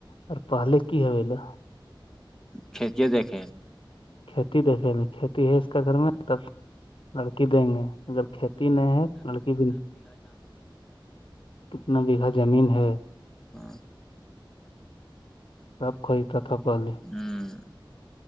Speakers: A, on the left; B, in the centre.
A: اور پہلے کی ہے بولے
B: کھیتی ہے دیکھیں
A: کھیتی دیکھے میں کھیتی ہے اس کا گھر میں تب لڑکی دیں گے اگر کھیتی نہیں ہے تو لڑکی بھی کتنا بیگھہ زمین ہے
B: ہاں
A: آب خوئی ت تھاپے
B: ہوں